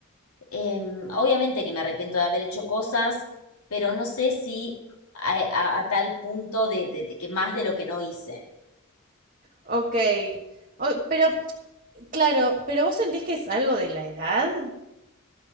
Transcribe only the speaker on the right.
Ok. O- pero, claro, pero vos sentís que es algo de la edad.